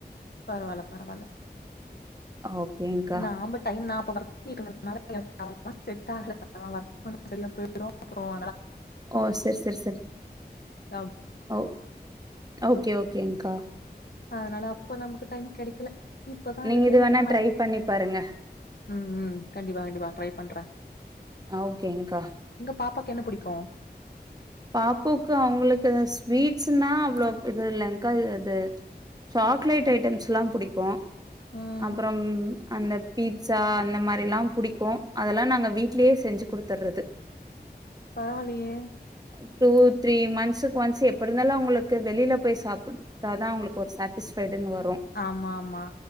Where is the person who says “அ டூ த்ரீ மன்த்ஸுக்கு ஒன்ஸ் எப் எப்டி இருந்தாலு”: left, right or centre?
Right